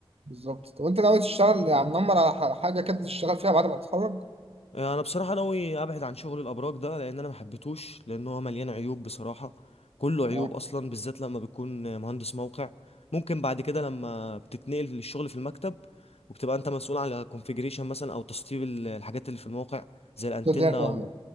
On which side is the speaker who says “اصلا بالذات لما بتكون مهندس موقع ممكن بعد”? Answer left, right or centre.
Left